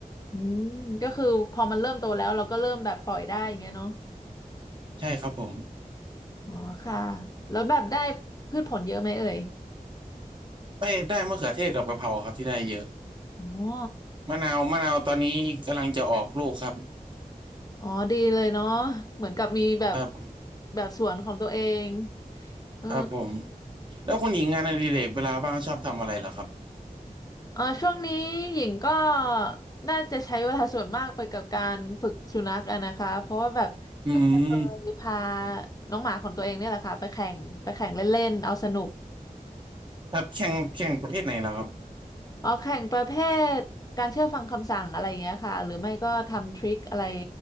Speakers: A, on the left; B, on the right.
A: อืมก็คือพอมันเริ่มโตแล้วเราก็เริ่มแบบปล่อยได้อย่างเงี้ยเนาะ
B: ใช่ครับผม
A: อ๋อค่ะแล้วแบบได้พืชผลเยอะไหมเอ่ย
B: ไปได้มะเขือเทศกับกะเพราครับที่ได้เยอะ
A: อ๋อ
B: มะนาวมะนาวตอนนี้กำลังจะออกลูกครับ
A: อ๋อดีเลยเนาะเหมือนกับมีแบบ
B: ครับ
A: แบบสวนของตัวเองเออ
B: ครับผมแล้วคุณหญิงงานอดิเรกเวลาว่างชอบทำอะไรเหรอครับ
A: เออช่วงนี้หญิงก็น่าจะใช้เวลาส่วนมากไปกับการฝึกสุนัขอะนะคะเพราะว่าแบบเพิ่งจะเคยพา
B: อืม
A: น้องหมาของตัวเองเนี่ยแหละค่ะไปแข่งไปแข่งเล่นๆเอาสนุก
B: ครับแข่งแข่งประเภทไหนเหรอครับ
A: อ๋อแข่งประเภทการเชื่อฟังคำสั่งอะไรเงี้ยค่ะหรือไม่ก็ทำทริคอะไร